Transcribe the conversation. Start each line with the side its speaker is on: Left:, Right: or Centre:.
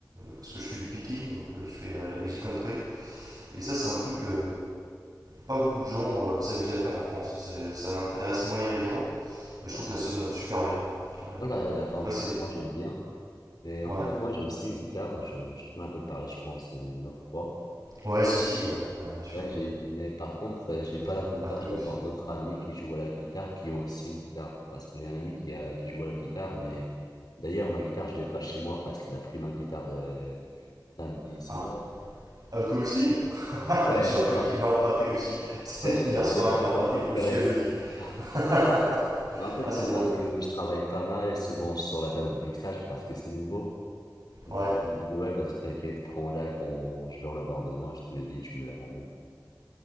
Right: parce que je fais du picking, donc euh, je fais euh, de la musique country. Et ça, c'est un truc que pas beaucoup de gens euh, s'amusent à faire en France. C'est- Ça intéresse moyen les gens, mais je
Left: Ouais.
Right: trouve que ça sonne super bien. Euh,
Left: Voilà, la la country,
Right: tu vois, c'est.
Left: moi, j'aime bien. mais en
Right: Ouais.
Left: fait, moi, j'ai aussi une guitare. Je, je t'en avais parlé, je pense, une autre fois.
Right: Ouais, si, si, ouais. Ouais, bien sûr.
Left: Ouais, j'ai, mais par contre, euh, j'ai pas
Right: T'as
Left: l'avantage
Right: emprunté aussi.
Left: d'avoir d'autres amis qui jouent à la guitare, qui ont aussi une guitare. Parce que j'ai un ami qui a, qui joue à la guitare, mais d'ailleurs, ma guitare, je l'ai pas chez moi parce qu'il a pris ma guitare, euh, samedi soir.
Right: Ah. Ah, toi aussi <laughs>
Left: Ouais,
Right: J'ai
Left: je
Right: un pote
Left: l'ai pas,
Right: qui me l'a emprunté aussi. <laughs>
Left: ouais, c'est
Right: Hier
Left: ça,
Right: soir,
Left: je l'ai pas
Right: il me l'a
Left: encore
Right: emprunté
Left: récupéré
Right: pour jusqu'à jeudi. <laughs>
Left: <laughs> Mais En fait,
Right: ah, c'est
Left: moi,
Right: drôle.
Left: parce que je travaille pas mal et souvent je sors la table de mixage parce que c'est nouveau. Donc,
Right: Ouais.
Left: je me disais, ouais, vas-y, t'inquiète, prends-la et quand je vais en avoir besoin, je te le dis, tu me la ramènes.